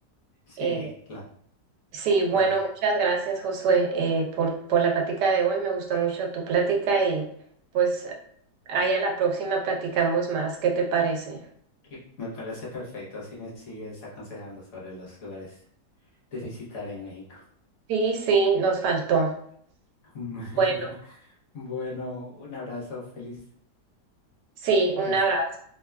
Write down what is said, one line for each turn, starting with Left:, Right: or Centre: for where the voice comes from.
Left: Sí,
Right: Eh,
Left: la,
Right: Sí, bueno,
Left: la,
Right: muchas gracias, Josué, eh, por, por la plática de hoy. Me gustó mucho tu plática y pues ahí a la próxima platicamos más. ¿Qué te parece?
Left: que me parece perfecto, así me sigues aconsejando sobre los lugares de visitar en México.
Right: Sí, sí, nos faltó.
Left: <laughs>
Right: Bueno,
Left: Bueno, un abrazo, feliz,
Right: sí, un
Left: feliz.
Right: abrazo.